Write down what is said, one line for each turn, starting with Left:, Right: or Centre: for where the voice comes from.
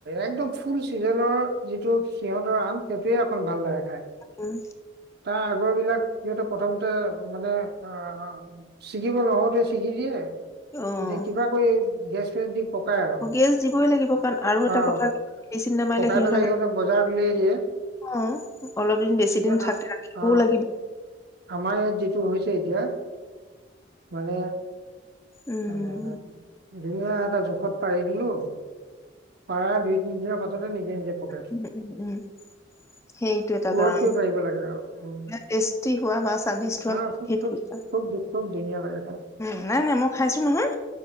Right: একদম ফুল চিজনৰ যিটোত সিহঁতৰ আম সেয়ে, অকন ভাল লাগে খাই।
Left: উম।
Right: তাৰ আগৰ বিলাক সিহঁতে প্ৰথমতে মানে অ', ছিগিব নহওঁতে ছিগি দিয়ে,
Left: উম
Right: দি কিবা কৰি গেছ ফেছ দি পকাই আৰু
Left: গেছ দিবই লাগিব কাৰণ, আৰু এটা
Right: অ
Left: কথা মেডিচিন নামাৰিলে
Right: পকাই
Left: সিহঁতে
Right: পেলাই
Left: জান
Right: সিহঁতক বজাৰত উলিয়াই দিয়ে।
Left: অ' অলপ দিন বেছি
Right: কিন্তু
Left: দিন থাকে,
Right: আ-
Left: ৰাখিবওঁ
Right: অ
Left: লাগিব।
Right: আমাৰ ইয়াত যিটো হৈছে এতিয়া, মানে
Left: উম
Right: অ' ধুনীয়া এটা জোখত পাৰি দিলো, পাৰা দুই তিনিদিনৰ পাছত <unintelligible> নিজে নিজে পকে
Left: উম! উম! উম! সেইটো এটা
Right: পুৰত
Left: কাৰণ,
Right: কৰিব পাৰিব লাগে আৰু উম
Left: টেষ্টি হোৱা বা স্বাদিষ্ট
Right: হা
Left: হোৱা সেইটো
Right: খুব খুব
Left: এটা।
Right: খুব খুব ধুনীয়া লাগে খাবলৈ
Left: উম! নাই, নাই, মই খাইছো নহয়